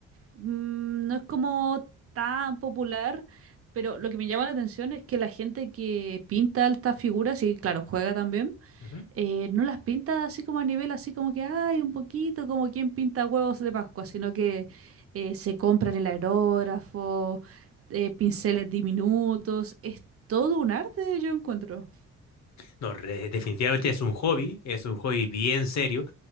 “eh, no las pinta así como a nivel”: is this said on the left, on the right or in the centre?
Right